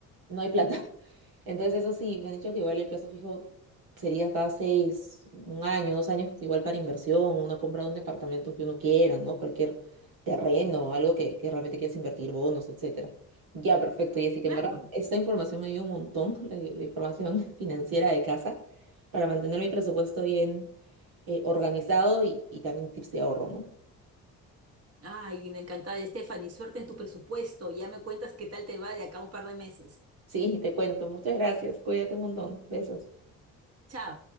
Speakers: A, on the right; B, on the right.
A: no hay plata. <laughs> Entonces eso sí, me han dicho que igual el plazo fijo sería cada seis, un año, dos años, igual para inversión, una compra de un departamento que uno quiera, ¿no? Cualquier terreno, algo que, que realmente quieras invertir, bonos, etcétera. Ya, perfecto, y así que
B: Claro.
A: en verdad esta información me dio un montón, <laughs> la la información <laughs> financiera de casa para mantener mi presupuesto bien eh, organizado y, y también tips de ahorro, ¿no?
B: Ay, encantada, Stephanie. Suerte en tu presupuesto. Ya me cuentas qué tal te va de acá a un par de meses.
A: Sí, <laughs> te cuento. Muchas gracias. Cuídate un montón. Besos.
B: Chao.